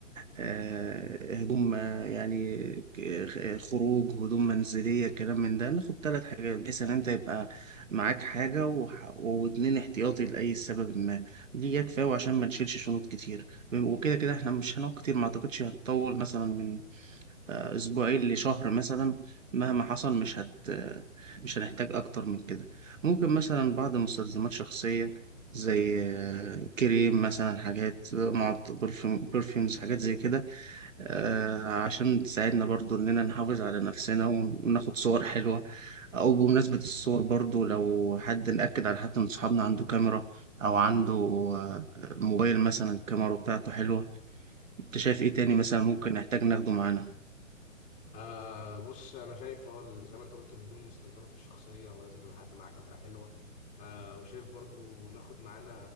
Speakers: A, on the right; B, on the left.
A: آه، هدوم آه، يعني ك- آه، خروج هدوم منزلية كلام من ده ناخد ثلاث حاجات بحيث إن أنت يبقى معاك حاجة وح- واتنين احتياطي لأي سبب ما دي كفاية وعشان ما نشيلش شنط كتير وكده كده إحنا مش هنقعد كتير ما أعتقدش هنطول مثلا من آه، اسبوعين لشهر مثلا مهما حصل مش هت مش هنحتاج اكتر من كده ممكن مثلا بعض مستلزمات شخصية زي آه، كريم مثلا حاجات معط برفيومز حاجات زي كده آه، عشان تساعدنا برضو اننا نحافظ على نفسنا وناخد صور حلوة او بمناسبة الصور برضو لو حد نأكد على حد من صحابنا عنده كاميرا او عنده آه، موبايل مثلا الكاميرا بتاعته حلوة انت شايف ايه تاني مثلا
B: حلو.
A: ممكن نحتاج ناخده معانا
B: آه بص انا شايف اه زي ما انت قلت الهدوم مستلزمات الشخصيه ولازم يبقى حد معاه كاميرا حلوه آه وشايف برضو ناخد معانا